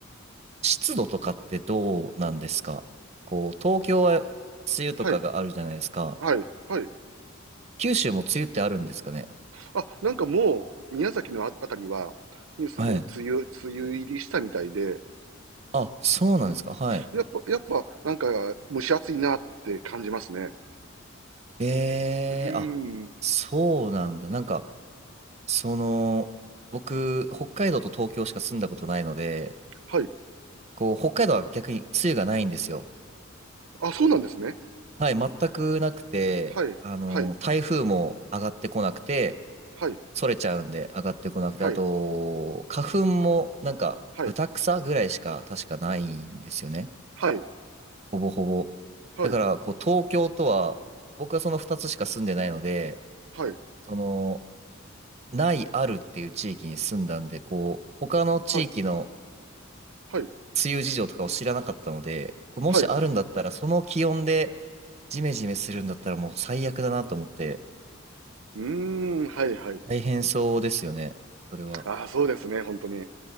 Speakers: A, on the right; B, on the right.
A: 湿度とかってどうなんですかこう、東京は梅雨とかがあるじゃないですか。
B: はい。はい。はい。
A: 九州も梅雨ってあるんですかね
B: あ、なんかもう、宮崎のあ、あたりは、ニュースで梅雨、
A: はい。
B: 梅雨入りしたみたいで、
A: あ、そうなんですか。はい。
B: やっぱ、やっぱ、なんか、蒸し暑いなって感じますね。
A: えー、
B: うーん。
A: あ、そうなんだ。なんか、その、僕、北海道と東京しか住んだことないので、
B: はい。
A: こう、北海道は逆に梅雨がないんですよ。
B: あ、あ、そうなんですね。
A: はい、全くなくて、
B: はい。
A: あの、
B: はい。
A: 台風も上がってこなくて、
B: はい。
A: それちゃうんで上がってこなくて、
B: は
A: あと、花粉もなんか、豚草ぐらいしか確かないんですよね。
B: い。はい。
A: ほぼほぼ。
B: はい。
A: だから、こう、東京とは、僕はその2つしか住んでないので、
B: はい。
A: その、ないあるっていう地域に住んだんで、こう、他の地域の
B: はい。はい。はい。
A: 梅雨事情とかを知らなかったので、これもしあるんだったら、
B: はい。
A: その気温でジメジメするんだったらもう最悪だなと思って、
B: うーん。はい。はい。
A: 大変そうですよね。それは。
B: ああ、そうですね。本当に。う